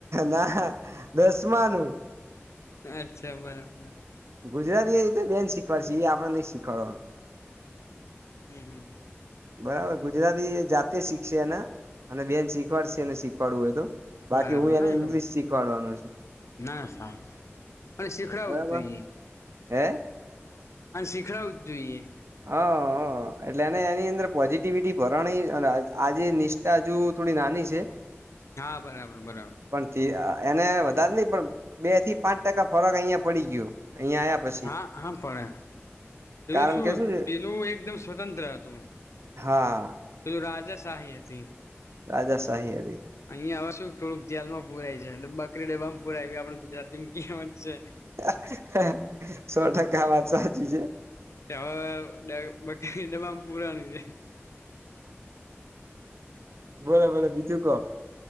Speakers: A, on the right; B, on the left.
A: ના દસમાનું
B: અચ્છા બરાબર
A: ગુજરાતી એ રીતે બેન શીખવાડ છે એ આપડે નહી શીખવાડવાનું
B: હમ્મ હમ્મ
A: બરાબર ગુજરાતી જાતે શીખશે એને અને બેન શીખવાડશે એને શીખવાડવું હોય તો બાકી
B: બરાબર
A: હું એને
B: ના
A: ઈંગ્લિશ
B: એકદમ
A: શીખવાડવાનું છું.
B: ના ના સારું અને શીખડાવું
A: બરાબર
B: જોઈએ
A: હે,
B: અને સિખડાવું જ જોઈએ.
A: હા એટલે એને એની અંદર પોઝિટિવિટી ભરાણી આજે નિષ્ઠા હજુ થોડી નાની છે
B: હા બરાબર બરાબર
A: પણ એને વધારે નઈ પણ બે થી પાંચ ટકા ફરક અહિયાં પડી ગયો અહિયાં આવ્યા પછી
B: હા હા પડે એનું
A: કારણ
B: શું
A: કે છે
B: પેલું એકદમ સ્વતંત્ર હતું
A: હા
B: પેલું રાજા શાહી હતી
A: રાજા સાાહી હતી
B: અહીંયા હવે શું થોડુંક જેલમાં પુરાય છે એટલે બકરી ડબામાં પુરાય આપડે ગુજરાતીમાં કેવત છે
A: હ હ સો ટકા વાત સાચી છે
B: છે હવે બકરી ડબ્બામાં પુરાણી છે
A: બોલો બોલે બીજું કો